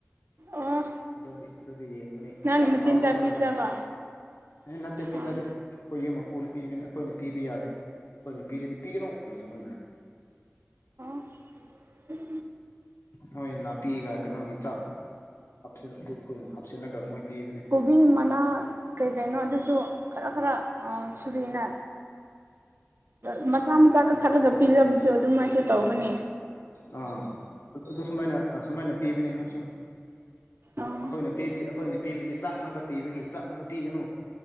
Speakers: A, on the right; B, on the left.
A: ꯑꯣ
B: ꯑꯗꯨꯗꯤ ꯑꯗꯨꯗꯤ ꯌꯦꯡꯒꯅꯤ꯫
A: ꯅꯪꯅ
B: ꯌꯥꯝ
A: ꯃꯆꯤꯟꯖꯥꯛ
B: ꯆꯥꯎ ꯆꯥꯎꯔꯒ
A: ꯄꯤꯖꯕ
B: ꯂꯩ ꯑꯦ ꯅꯠꯇꯦ ꯄꯤꯖꯗꯦ
A: ꯑꯥ
B: ꯑꯈꯣꯏ ꯌꯨꯝ ꯃꯄꯨꯅ ꯄꯤꯕꯅꯤ ꯑꯈꯣꯏꯅ ꯄꯤꯕ ꯌꯥꯗꯦ ꯑꯈꯣꯏꯅ ꯄꯤꯔꯗꯤ ꯄꯤꯒꯅꯨ ꯍꯥꯏ ꯃꯣꯏꯅ꯫
A: <inaudible>
B: ꯃꯣꯏ ꯅꯥꯄꯤꯒ ꯀꯩꯅꯣꯒꯤ ꯆꯥꯛ ꯍꯥꯞꯆꯤꯜ ꯑꯗꯨ ꯀꯩꯅꯣ ꯍꯥꯞꯆꯤꯜꯂꯒ ꯃꯣꯏ ꯄꯤꯕꯅꯤ꯫
A: ꯕꯤ ꯃꯅꯥ ꯀꯩ ꯀꯩꯅꯣ ꯑꯗꯨꯁꯨ ꯈꯔ ꯈꯔ ꯁꯨꯔꯤꯅ ꯎ ꯃꯆꯥ ꯃꯆꯥ ꯀꯛꯊꯠꯂꯒ ꯄꯤꯖꯕꯗꯣ ꯑꯗꯨꯃꯥꯏꯁꯨ ꯇꯧꯕꯅꯦ꯫
B: ꯑꯥ ꯑꯗꯨ ꯁꯨꯃꯥꯏꯅ ꯁꯨꯃꯥꯏꯅ ꯄꯤꯕꯅꯦ ꯃꯣꯏꯁꯨ꯫
A: ꯑꯥ
B: ꯑꯩꯈꯣꯏꯅ ꯄꯤꯕꯤ ꯑꯩꯈꯣꯏꯅ ꯄꯤꯕꯗꯤ ꯆꯥꯛ ꯉꯅꯥꯛꯇ ꯄꯤꯕꯒꯤ ꯆꯥꯛ ꯉꯛꯇ ꯄꯤꯒꯅꯨ